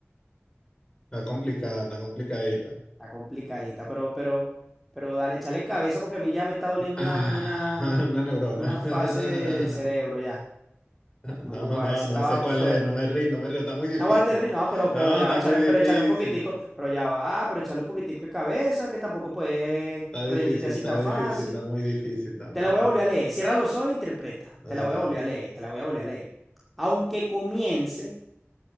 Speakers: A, on the left; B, in the centre.
A: Está complicada, está complicadita.
B: Está complicadita, pero, pero, pero dale, échale cabeza porque a mí ya me está doliendo
A: Ah,
B: una, una,
A: <laughs> Una neurona.
B: una fase de- del cerebro
A: <laughs>
B: ya. Naguará,
A: No, no,
B: esa
A: no
B: estaba
A: sé cuál
B: fuerte.
A: es, no me rindo, no me rindo, está muy difícil.
B: Naguará, te ríes, no, pero,
A: No,
B: pero ya
A: está
B: va, échale,
A: muy difícil.
B: pero échale un poquitico, pero ya va, pero échale un poquitico de cabeza, que tampoco puedes
A: Está
B: rendirte
A: difícil,
B: así
A: está
B: tan
A: difícil,
B: fácil.
A: está muy difícil, está muy
B: Te la
A: difícil.
B: voy a volver a leer. Cierra los ojos e interpreta.
A: Dale,
B: Te la voy a
A: dale.
B: volver a leer, te la voy a volver a leer. Aunque comience